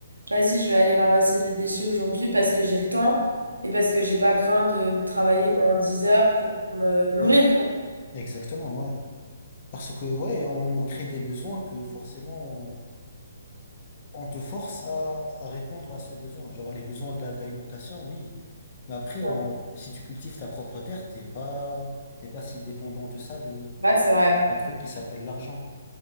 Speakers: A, on the right; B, on the left.
A: vas-y, je vais aller ramasser des déchets aujourd'hui parce que j'ai le temps et parce que j'ai pas besoin de travailler pendant 10 heures pour me nourrir,
B: Ouais.
A: quoi.
B: Exactement. Ouais. Parce que, ouais, on nous crée des besoins que forcément, on, on te force à, à répondre à ce besoin. Genre, les besoins d'a- d'alimentation, oui. Mais après,
A: Ouais,
B: on, si tu cultives ta propre terre, t'es pas, t'es pas si dépendant de ça
A: Ouais, c'est vrai,
B: un truc qui s'appelle l'argent,